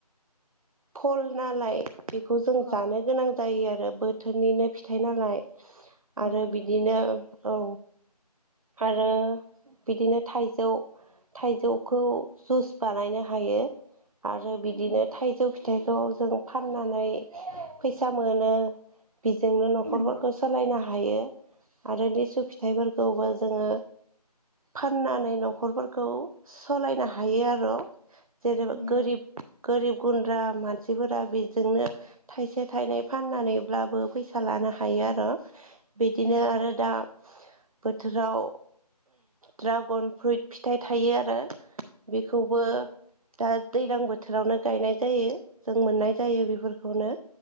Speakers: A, on the right; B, on the right.
A: फल नालाय बेखौ जों
B: औ
A: जानो गोनां जायो आरो बोथोरनिनो फिथाइ नालाय
B: नंगौ
A: आरो बिदिनो औ आरो बिदिनो थाइजौ थाइजौखौ जुस बानायनो हायो आरो बिदिनो
B: औ
A: थाइजौ फिथाइखौ जों फाननानै फैसा मोनो बेजोंनो नखरफोरखौ
B: नंगौ
A: सोलायनो हायो आरो लिसु फिथाइफोरखौबो जोङो फाननानै नखरफोरखौ सालायनो हायो आरो जेने
B: नंगौ
A: गोरिब गोरिब गुन्द्रा मानसिफोरा बेजोंनो थाइसे थाइनै फाननानैब्लाबो फैसा लानो हायो आरो बिदिनो
B: नंगौ
A: आरो दा बोथोराव ड्रागन फ्रुइट फिथाइ थायो आरो बेखौबो
B: नंगौ
A: दा दैज्लां बोथोरावनो गायनाय जायो जों मोननाय जायो बेफोरखौनो